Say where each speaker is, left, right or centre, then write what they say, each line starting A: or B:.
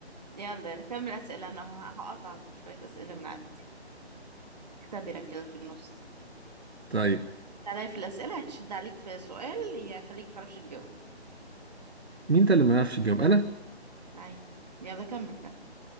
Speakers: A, on the right; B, on the right.
A: يلا نكمل اسئله انا ه- هقطعك بشويه اسئله من عندي اختبرك كده في النص
B: طيب
A: هتلاقي في الاسئله هشد عليك في سؤال يخليك تعرفش تجاوب
B: مين ده اللي ما يعرفش يجاوب انا
A: عين يلا كمل كمل